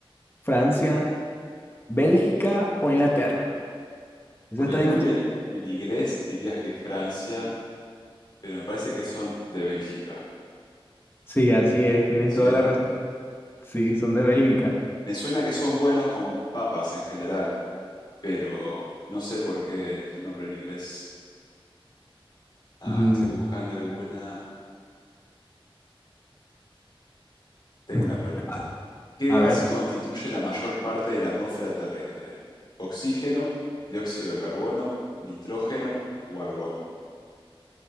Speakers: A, on the left; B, on the left.
A: Francia, Bélgica o Inglaterra? Esa
B: por
A: está
B: el
A: difícil.
B: nombre en inglés dirías que Francia, pero me parece que son de Bélgica.
A: Sí, así es, tienes
B: Sí,
A: toda la razón. Sí, son de Bélgica.
B: me suena que son buenos con papas en general. pero no sé por qué el nombre en inglés. Ah,
A: Mm,
B: estoy buscando alguna. Tengo
A: <laughs>
B: una pregunta.
A: A
B: ¿Qué
A: a
B: gas
A: ver.
B: constituye la mayor parte de la atmósfera terrestre? ¿Oxígeno, dióxido de carbono, nitrógeno o argón?